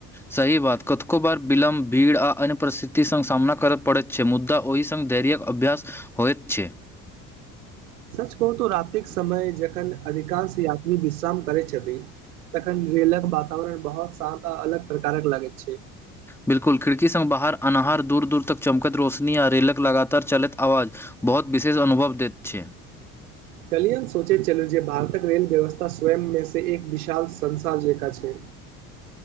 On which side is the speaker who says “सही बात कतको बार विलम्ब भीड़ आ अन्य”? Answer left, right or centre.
Centre